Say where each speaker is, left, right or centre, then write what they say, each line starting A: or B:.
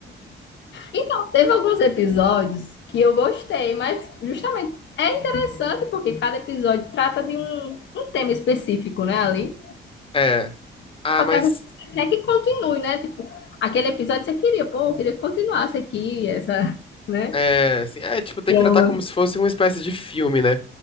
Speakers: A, on the left; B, on the left.
A: Então, teve alguns episódios que eu gostei, mas justamente é interessante porque cada episódio trata de um, um tema específico, né, ali.
B: É. Ah,
A: Só
B: mas.
A: que às vezes você quer que continue, né? Tipo, aquele episódio você queria, pô, eu queria que continuasse aqui, essa, <laughs> né?
B: É, assim, é, tipo, tem
A: Drama.
B: que tratar como se fosse uma espécie de filme, né?